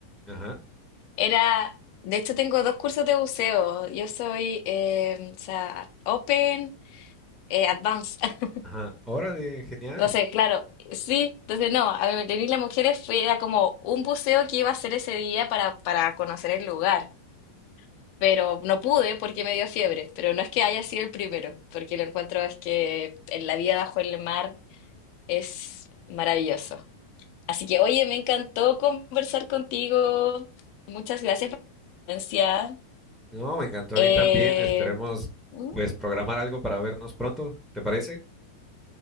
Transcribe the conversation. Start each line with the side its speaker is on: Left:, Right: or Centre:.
Centre: Ajá,
Left: Era, de hecho, tengo dos cursos de buceo. Yo soy, eh, o sea, Open, eh, Advanced. <laughs>
Centre: ajá. Órale, genial.
Left: Entonces, claro, sí, entonces no, a mí, en Isla Mujeres fue, era como un buceo que iba a hacer ese día para, para conocer el lugar. pero no pude porque me dio fiebre. Pero no es que haya sido el primero, porque lo encuentro es que en la vida bajo el mar es maravilloso. Así que, oye, me encantó conversar contigo. Muchas gracias por la presencia.
Centre: No, me encantó
Left: Eh,
Centre: a mí también. Esperemos
Left: mm,
Centre: pues programar algo para vernos pronto, ¿te parece?